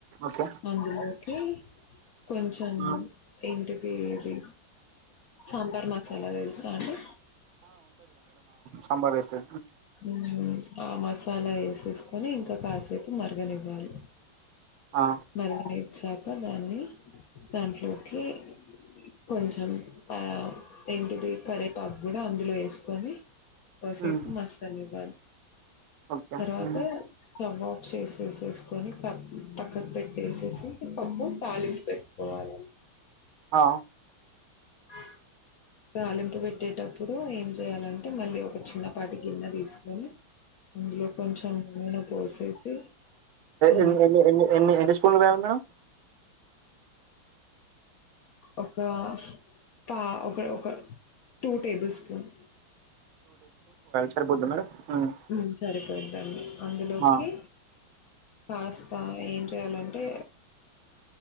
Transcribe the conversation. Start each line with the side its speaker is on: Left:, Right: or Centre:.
Right: ఓకే.
Left: అందులోకి కొంచెం
Right: హ్మ్.
Left: ఇంటికెయ్యిర్రి సాంబార్ మసాలా తెలుసా అండి.
Right: సాబర్ ఎసెసి
Left: మ్ ఆ మసాలా ఎసేసుకొని, ఇంకా కాసేపు మరగలివ్వాలి.
Right: ఆ!
Left: మరిగినిచ్చాకా, దాన్ని దాంట్లో కి కొంచెం ఆ ఏంటిది కరివేపాకు గూడా, అందులో ఎసుకొని కోసేపు
Right: హ్మ్.
Left: మస్ ఇవన్
Right: ఓకే.
Left: తరువాత
Right: హ్మ్.
Left: స్టవ్ ఆఫ్ చేసేసేసుకొని, పక్కకు పెట్టేసేసి పప్పు తాలింపు పెట్టుకోవాలి. హలో
Right: ఆ
Left: ఆ తాలింపు పెట్టేటప్పుడు, ఏం చేయాలంటే మళ్ళీ, ఒక చిన్నపాటి గిన్నె తీసుకొని. అందులో కొంచెం నూనె పోసేసి ఆ
Right: ఎన్ని ఎ ఎన్ని ఎన్ని స్ప్ల్ ల్ వేయాలి. మేడం
Left: ఒకా పా ఒక ఒక టూ టేబుల్ స్పూన్
Right: సరిపోదా మేడం. ఉమ్,
Left: మ్ సరిపోయిదండి. అందులోకి
Right: ఆ
Left: కాస్త, ఏం చేయాలంటే.